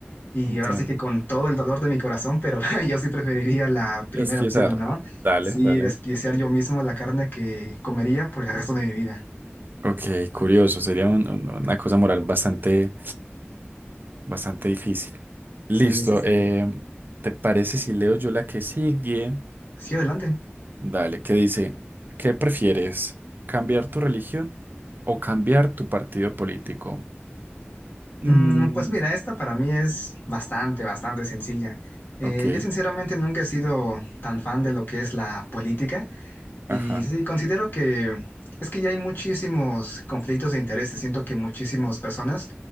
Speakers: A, on the left; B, on the right.
A: Y
B: Entiendo.
A: ahora sí que con todo el dolor de mi corazón, pero <laughs> yo sí preferiría la primera
B: Es fiesar.
A: opción, ¿no?
B: Dale,
A: Sí,
B: dale.
A: despreciar yo mismo la carne que comería por el resto de mi vida.
B: Ok, curioso. Sería un- un- una cosa moral bastante, bastante difícil. Listo.
A: Sí, sí, sí.
B: eh, ¿te parece si leo yo la que sigue?
A: Sí, adelante.
B: Dale, que dice, ¿qué prefieres? ¿Cambiar tu religión o cambiar tu partido político?
A: Mm,
B: Mm,
A: pues mira, esta para mí es bastante, bastante sencilla. Eh,
B: ok.
A: yo sinceramente nunca he sido tan fan de lo que es la política. Y
B: Ajá.
A: sí, considero que es que ya hay muchísimos conflictos de intereses. Siento que muchísimas personas